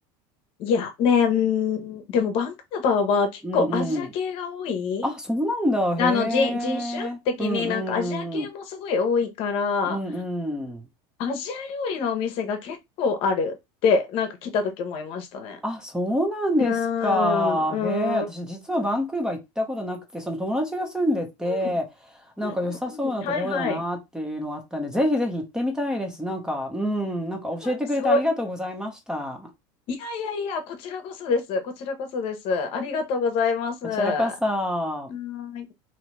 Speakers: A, on the left; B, in the centre.
A: いや、ね、うーん、でもバンクーバーは結構アジア系が多い。
B: うんうん。あ、そうなんだ。
A: あの、
B: へえ。
A: 人、人種的になんかアジア系もすごい多いから、
B: うんうん。うんうん。
A: アジア料理のお店が結構あるって、なんか来た時思いましたね。
B: あ、そうなんですか。
A: うーん、
B: へえ。私、
A: うー
B: 実はバンクーバー行ったことなくて、その友達が住んでて、
A: ん。うん
B: なんか良さそうなところだなっていうのがあったんで、
A: うんうん。はいはい。
B: ぜひぜひ行ってみたいです。なんか、うん、なんか教えてくれてありがとうございました。
A: すごい。いやいやいや、こちらこそです。こちらこそです。ありがとうございます。
B: こちらこそ。
A: はーい。